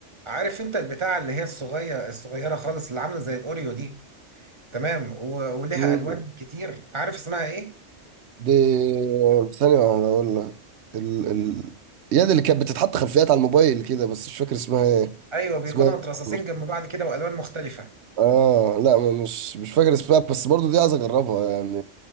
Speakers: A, on the right; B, on the right.
A: عارف انت البتاع اللي هي الصغيرة الصغيرة خالص اللي عاملة زي الأوريو دي تمام و... ولها
B: مم.
A: ألوان كتير عارف اسمها ايه؟
B: دي ثانيه واحدة اقول لك ال ال يد اللي كانت بتتحط خلفيات على الموبايل كده بس مش فاكر اسمها ايه
A: ايوه بيكونوا
B: اسمها إيه؟
A: مترصصين
B: مش-
A: جنب بعض كده والوان مختلفه
B: اه لا ما- مش مش فاكر اسمها بس برضو دي عايز اجربها يعني